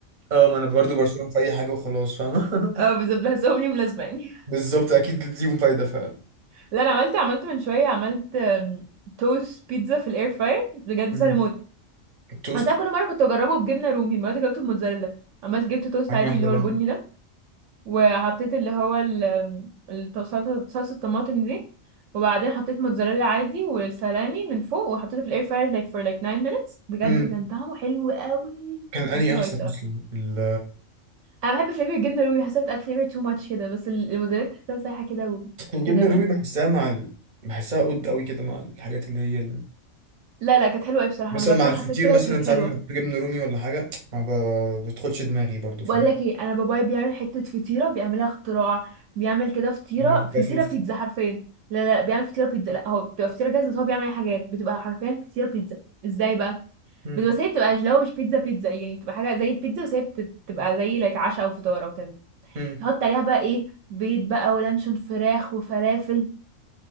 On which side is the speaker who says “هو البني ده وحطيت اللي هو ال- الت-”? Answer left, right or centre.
Right